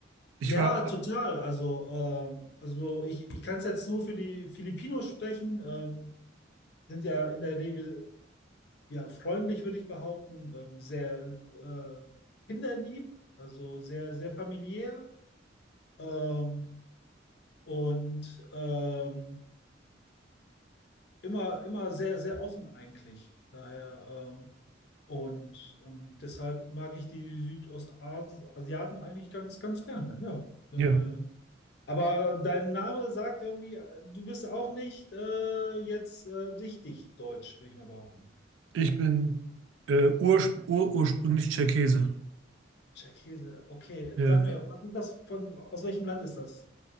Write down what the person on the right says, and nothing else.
Ich
war,
ja,
ich bin äh, urspr ur ursprünglich Tscherkesse.
Ja.